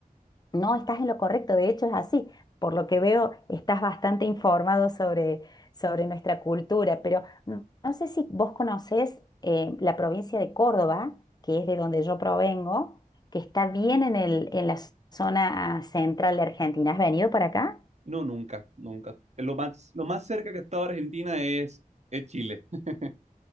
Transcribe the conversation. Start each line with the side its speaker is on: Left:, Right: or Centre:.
Left: No, estás en lo correcto, de hecho es así. Por lo que veo, estás bastante informado sobre, sobre nuestra cultura, pero no no sé si vos conocés eh, la provincia de Córdoba, que es de donde yo provengo, que está bien en el, en la zona central de Argentina. ¿Has venido para acá?
Right: No, nunca, nunca. Lo más, lo más cerca que he estado a Argentina es, es Chile. <laughs>